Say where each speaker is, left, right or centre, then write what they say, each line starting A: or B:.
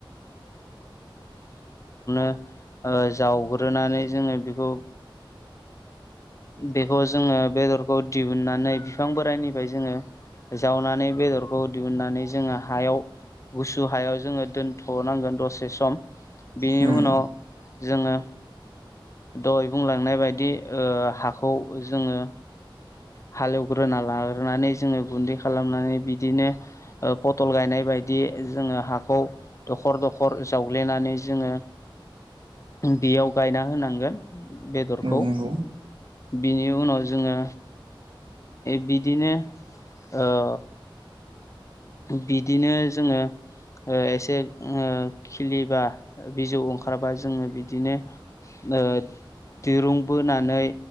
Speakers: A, on the left (about 35°); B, on the right (about 70°).
A: <inaudible> ओ जावग्रोनानै जोङो बेखौ बेखौ जोङो बेदरखौ दिहुननानै बिफां बोराइनिफाय जोङो जावनानै बेदरखौ दिहुननानै जोङो हायाव गुसु हायाव जोङो दोनथनांगोन दसे सम बेनि
B: उम
A: उनाव जोङो दहय बुंलांनाय बायदि ओ हाखौ जोङो
B: <inaudible>
A: हालेवग्रोना लाग्रोनानै जोङो गुन्दै खालामनानै बिदिनो ओ पथल गायनाय बायदि जोङो हाखौ दखर दखर जावग्लेनानै जोङो
B: <inaudible>
A: बेयाव गायना होनांगोन बेदरखौ
B: औ नंगौ
A: बिनि उनाव जोङो बिदिनो ओ बिदिनो जोङो ओ एसे खिलिबा बिजौ ओंखारबा जोङो बिदिनो ओ दिरुं बोनानै